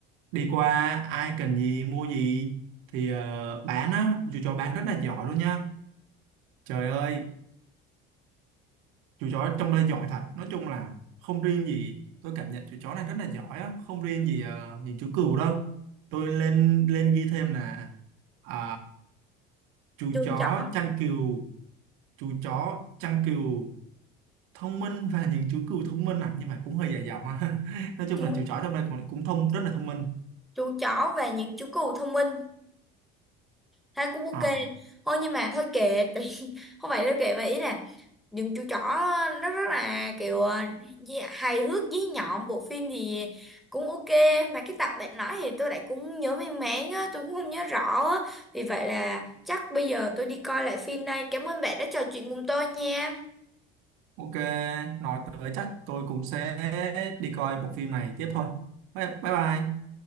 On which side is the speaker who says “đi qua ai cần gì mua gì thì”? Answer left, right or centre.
Right